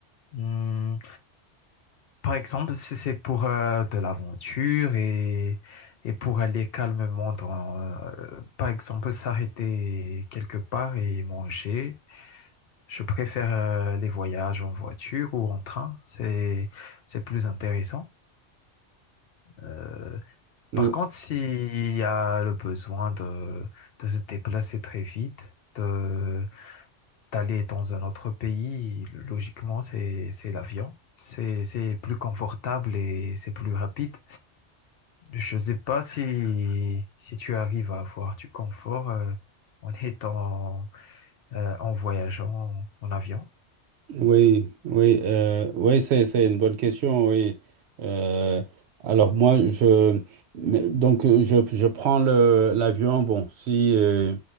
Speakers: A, on the left; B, on the right.
A: Hmm, Par exemple, si c'est pour euh, de l'aventure et, et pour aller calmement dans, euh, par exemple, s'arrêter quelque part et manger, je préfère euh, les voyages en voiture ou en train. C'est, c'est plus intéressant. Euh, Par
B: Ou-
A: contre, s'il y a le besoin de, de se déplacer très vite, de, d'aller dans un autre pays, logiquement, c'est, c'est l'avion. C'est, c'est plus confortable et c'est plus rapide. Je ne sais pas si, si tu arrives à avoir du confort euh, en étant, euh, en voyageant en avion.
B: Oui, oui, euh, oui, c'est, c'est une bonne question, oui. Euh, alors moi, je, mais- donc euh, je, je prends le, l'avion, bon, si, euh,